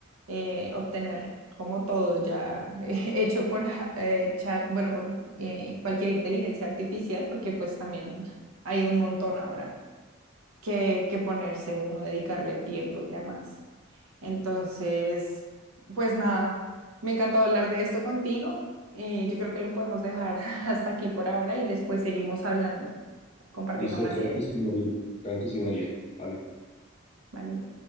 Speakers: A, on the right (about 80°); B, on the left (about 30°).
A: eh, obtener como todo ya <laughs> eh, hecho por ja- eh, chat, bueno, por eh, cualquier inteligencia artificial, porque pues también hay un montón ahora que, que ponerse uno, dedicarle el tiempo y demás. Entonces, pues nada, me encantó hablar de esto contigo. y yo creo que lo podemos dejar <laughs> hasta aquí por ahora y después seguimos hablando, compartiendo
B: Listo,
A: más
B: claro
A: ideas,
B: que sí, María. Claro que sí, María. Vale.
A: ¿vale?